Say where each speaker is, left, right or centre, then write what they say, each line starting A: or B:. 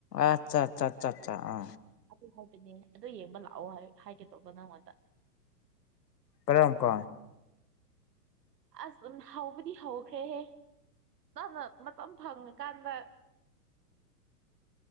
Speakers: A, on the left; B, on the right.
A: ꯑꯆꯥ ꯑꯆꯥ ꯑꯆꯥ ꯑꯆꯥ ꯑ
B: ꯑꯗꯨ ꯍꯥꯏꯕꯅꯦ ꯑꯗꯨ ꯌꯦꯡꯕ ꯂꯥꯛꯑꯣ ꯍꯥꯏꯒꯦ ꯇꯧꯕꯧꯕ ꯅꯪꯉꯣꯟꯗ
A: ꯀꯔꯝꯀꯣ
B: ꯑꯁ ꯑꯗꯨꯝ ꯍꯧꯕꯗꯤ ꯍꯧꯈ꯭ꯔꯦꯍꯦ ꯅꯪꯅ ꯃꯇꯝ ꯐꯪꯉꯀꯥꯟꯗ